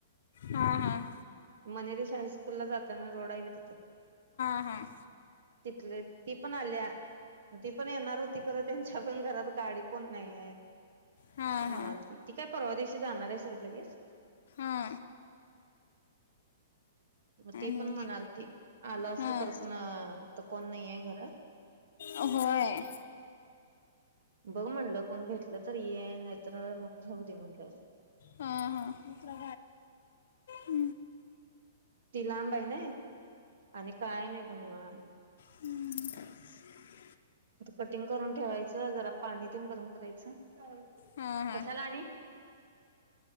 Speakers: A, on the left; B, on the right.
A: हां हां
B: मनेरे शाळे स्कूलला जाताना रोड आहे बग तिथं
A: हा.
B: ती पण आलीया ती पण येणार होती खर त्यांच्या पण घरात गाडी कोण नाही आहे.
A: हां
B: म्हणाल
A: हां
B: त ती काय परवा दिवशी जाणार आहे सड लगेच
A: हा
B: मग ती
A: नाही
B: पण म्हणाल त आलो असतो
A: हां
B: खर पण त कोण नाही आहे घरात
A: होय.
B: बघ म्हटलं पण भेटलं तररी ये नाहीतर मगऊ दे म्हटलं.
A: हा हा वा ह
B: ती लांब आहे ना आणि काय नाही बघ निवांत
A: ह
B: कटिंग करून ठेवायचं जरा पाणी ते गरम करायचं.
A: हां हां
B: कशाला आणि